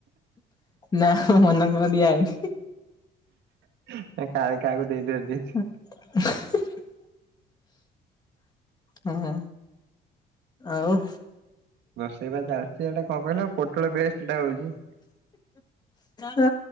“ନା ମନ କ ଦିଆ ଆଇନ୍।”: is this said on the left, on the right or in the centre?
Left